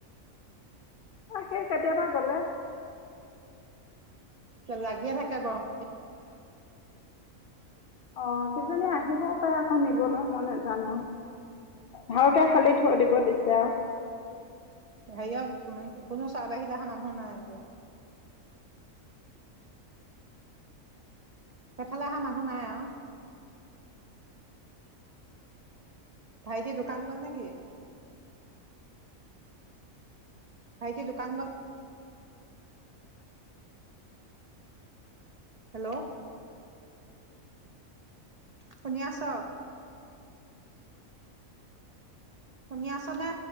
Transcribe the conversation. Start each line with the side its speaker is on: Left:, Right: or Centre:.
Left: অ সেই কেতিয়াবা গ'লে।
Right: লাগিয়ে থাকে গৰ।
Left: অ কিইজনী আহিবও পাৰে আকৌ নিবলৈ মই নাজানো। ভালকে খালি থৈ দিব দিছে আ।
Right: হাইও কোনো চ আহ য হাৰ ধুনাই দিয়া। সফালে অহা মানুহ নাই আও। ভাইটি দোকান গ'ল নেকি? ভাইটি দোকান গ'ল। হেল্ল'। শুনি আছ। শুনি আছনে?